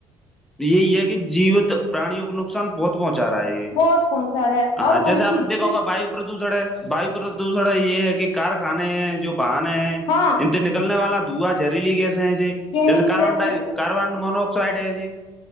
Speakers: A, in the centre; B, on the left.
A: یہی ہے کہ جیوت پرانیوں کو ن نقصان بہت پہنچا رہا ہے یہ
B: بہت بہت سارا ہے
A: ہاں
B: اور
A: جیسے
B: ہر
A: آپ
B: چیز
A: نے دیکھا
B: سے
A: ہوگا وایو پردوشن ہے بھائی پر دوسرا یہ ہے کہ کارخانے ہیں جو باہن ہیں
B: ہاں
A: ان سے نکلنے والا تھا دوا جہریلی گیس ہے جی
B: زہریلی
A: جیسے کاربن
B: گیس
A: ڈ
B: ہے
A: کاربن مونوکسائڈ ہے جی